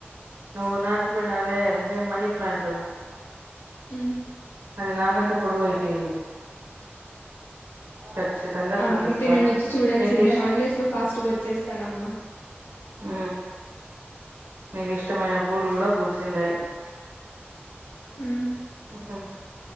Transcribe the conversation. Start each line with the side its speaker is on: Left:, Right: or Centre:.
Right: నువ్వు నాటి పోయినావే అదే మనీ ప్లాంట్
Left: ఉమ్
Right: అది నా కంటే పొడువు అయిపోయింది ఖచ్చితంగా
Left: ఆ
Right: చూపిస్తాను
Left: అయితే నేను వచ్చి చూడాల్సిందే
Right: నీకు ఇష్
Left: హాలిడేస్ లో ఫాస్ట్ గా వచ్చేస్తానమ్మా
Right: హు నీకు ఇష్టమైన పూవ్వులు కూడా పూస తిన్నదాయి
Left: ఉమ్
Right: హు